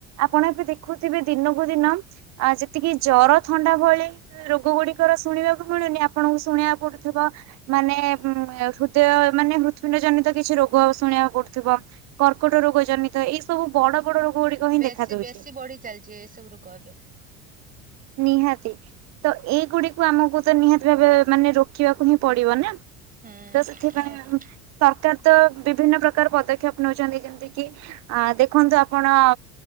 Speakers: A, on the right (about 50°); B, on the right (about 25°).
A: ଆପଣ ଏବେ ଦେଖ ଦେଖୁଥିବେ ଦିନକୁ ଦିନ ଆ ଯେତିକି ଜର ଥଣ୍ଡା ଭ ରୋଗ ଗୁଡିକର ଶୁଣିବାକୁ ମିଳୁନି ଆପଣଙ୍କୁ ଶୁଣିବାକୁ ପଡୁଥିବ ମାନେ ହୃଦୟ ମାନେ ହୃତ୍ୟୁଣ୍ଡ ଜନିତ କିଛି ରୋଗ ଶୁଣିବାକୁ ପଡୁ ଥିବା କର୍କଟ ରୋଗ ଜନିତ ଏଇ ସବୁ ବଡ ବଡ ରୋଗ ଗୁଡିକ ହିଁ
B: ବେଶୀ
A: ଦେଖା ଦଉଛି।
B: ବେଶୀ ବଢି ଚାଲିଛି ଏସବୁ ରୋଗ ଏବେ।
A: ନିହାତି ତ ଏଇଗୁଡିକୁ ଆମକୁ ତ ନିହାତି ଭାବେ ମାନେ ରୋକିବାକୁ ହିଁ ପଡିବ ନା।
B: ହୁଁ
A: ତ ସେଥିପାଇଁ
B: ନିହାତି
A: ସରକାର ତ ବିଭିନ୍ନ ପ୍ରକାର ପଦକ୍ଷେପ- ନଉଛନ୍ତି ଯେମିତି କିି ଆ ଦେଖନ୍ତୁ ଆପଣ